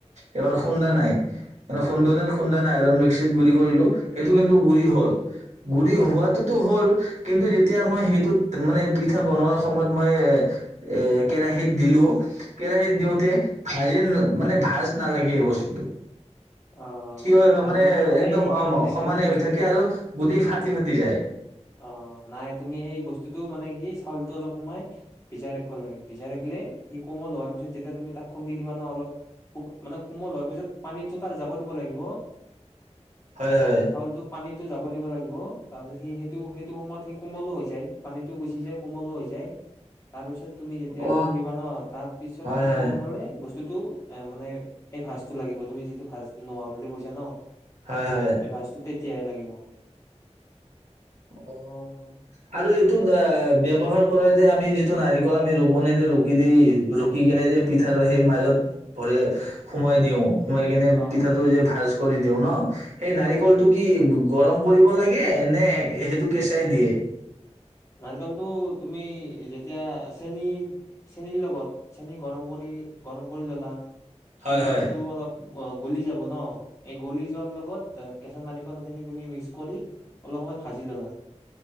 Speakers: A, on the right (about 80°); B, on the left (about 25°).
A: এইবাৰ
B: অ',
A: খুন্দা নাই। এইবাৰ
B: অ',
A: সুন্দনীত খুন্দা ন নাই আৰু মিক্সিত গুড়ি কৰিলোঁ, সেইটো কিন্তু গুড়ি হ'ল। গুৰি
B: অ',
A: হোৱাতোতো হ'ল। কিন্তু যেতিয়া মই সেইটোত মানে পিঠা বনোৱাৰ সময়ত মই এ, এ, কেৰাহিত দিলো, কেৰাহিত দিওঁতে <unintelligible> মানে ভাজ নালাগে এই বস্তুটো।
B: অ',
A: থিয়
B: বস্তুটো
A: হয়
B: ভাজি
A: মানে,
B: নালাগে
A: একদম
B: সেই
A: অম
B: কাৰণেই
A: অ, সমানে
B: তুমি বস্তুটো
A: হৈ থাকে আৰু গোটেই ফাটি ফাটি যায়।
B: অ, নাই তুমি সেই বস্তুটো মানে কি চাউলটো অলপ সময় ভিজাই ৰাখিব লাগে। ভিজাই ৰাখিলে সি কোমল হোৱাৰ পিছত যেতিয়া তুমি তাক খুন্দি দিবা ন' অলপ খুক মানে কোমল হোৱাৰ পিছত পানীটো তাৰ যাব দিব লাগিব।
A: হয়
B: অ',
A: হয়।
B: চাউলটো পানীতো যাব দিব লাগিব। তাৰপিছত সি হে টো সেইটো সময়ত সি কোমলো হৈ যায়, পানীটো গুচি যায় কোমলো হৈ যায়। তাৰ পিছত তুমি যেতিয়া
A: অ
B: খুন্দিবা ন' তাৰপিছত
A: হয়
B: পিঠা
A: হয়
B: বনালে বচ টো টো এ, মানে এই ভাজটো লাগিব, তুমি যিটো ভাজ নোহোৱা বুলি কৈছা ন'?
A: হয় হয়।
B: এই <unintelligible> লাগিব।
A: অ, আৰু এইটোত এ ব্যৱহাৰ কৰে যে, আমি যিটো নাৰিকল আমি ৰুকনিৰে ৰুকি দি ৰুকি কিনে যে পিঠাৰ সেই মাজত ভৰাই সোমাই দিওঁ। সোমাই কেনে
B: অ
A: পিঠাটো যে ভাজ। কৰি দিওঁ ন? এই নাৰিকলটো
B: অ
A: কি <unintelligible> গৰম কৰিব লাগে, নে এ সেইটো কেঁচাই দিয়ে?
B: নাৰিকলটো তুমি যেতিয়া চেনী চেনীৰ লগত, চেনী গৰম কৰি গৰম কৰি ল'লা
A: হয়
B: চেনী
A: হয়
B: যিটো অলপ অ গলি যাব। ন, এই গলি যোৱাৰ লগত কেঁচা নাৰিকলখিনি তুমি মিক্স কৰি অলপ সময় ভাজি ল'লা।